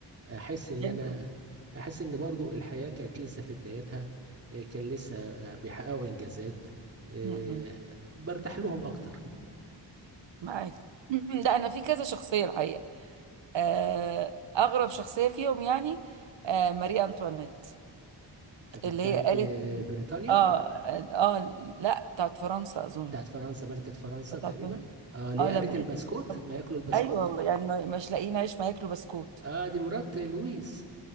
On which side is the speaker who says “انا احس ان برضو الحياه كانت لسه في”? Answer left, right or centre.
Right